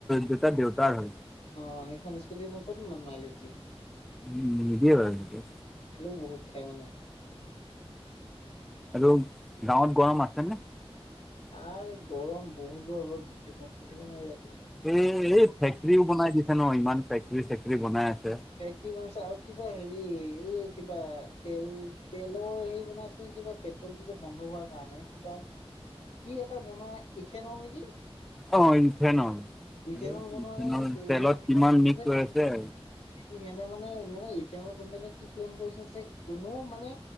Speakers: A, in the centre; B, on the left (about 90°).
A: দুটা দেউতাৰ হয়।
B: সেইখন সেইখন স্কুটিনো কতনো ইমান মাইলেজ দিয়ে
A: উম নিদিয়ে বাৰু এনেকে
B: তেলও বহুত খাই মানে
A: আৰু গাঁৱত গৰম আছে নে?
B: আ গৰম বহুত গৰম, ভিতৰত থাকিব নোৱাৰি ইয়াত।
A: এ এই ফেক্টৰীও বনাই দিছে ন? ইমান ফেক্টৰী চেক্টৰী বনায়।
B: ফেক্টৰী বনাইছে আৰু কিবা হেৰি এই কিবা তেল তেলৰ হেৰি বনাইছে কিবা পেট্ৰলটো যে বন্ধ হোৱাৰ কাৰণে কিবা কি এটা বনাই ইথেনল নেকি?
A: অ, ইফেনৰ
B: ইথেনল বনোৱাৰ
A: ইফেনৰ
B: কাৰণে দে
A: তেলত
B: মানে
A: কিমান মিক্স
B: যে
A: হৈ আছে।
B: সিহঁতে মানে মানে ইথেনল কোম্পানীয়ে কি ক্লেইম কৰি থৈছে কোনো মানে